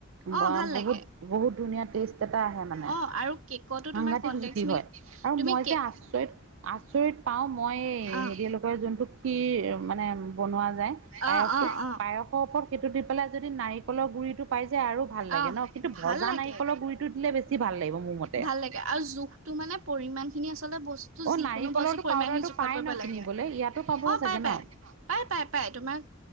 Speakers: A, on the right; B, on the right.
A: অ',
B: বা
A: ভাল
B: বহুত
A: লাগে,
B: বহুত ধুনীয়া টেষ্ট এটা আহে মানে।
A: অ', আৰু কেকতো
B: সাংঘাতিক
A: তোমাৰ কনডেক্স
B: জুতি হয়
A: মিল্ক
B: আৰু
A: তুমি
B: মই
A: কেক
B: যে আচৰিত আচৰিত পাওঁ মই এই
A: অ',
B: হেৰি যোনটো ক্ষীৰ মানে বনোৱা যায়।
A: অ',
B: পায়সটো
A: অ', অ'।
B: পায়সৰ ওপৰত সেইটো দি পেলাই যদি নাৰিকলৰ গুৰিটো পাই যায় আৰু ভাল লাগে
A: অ',
B: ন' কিন্তু ভজা
A: ভাল লাগে,
B: নাৰিকলৰ গু়ৰিটো দিলে বেছি ভাল লাগিব মোৰ মতে।
A: ভাল লাগে আৰু জোখটো মানে পৰিমমান খিনি আচলতে বস্তু টো
B: অ
A: যিকোনো
B: নাৰিকলৰটো
A: বস্তু পৰিমান
B: পাউদাৰটো
A: খিনি জোখত
B: পাই
A: পৰিব
B: ন কিনিবলৈ
A: লাগে,
B: ইয়াতো পাব
A: অ',
B: চাগে
A: পাই পাই।
B: <inaudible>
A: পায় তোমাক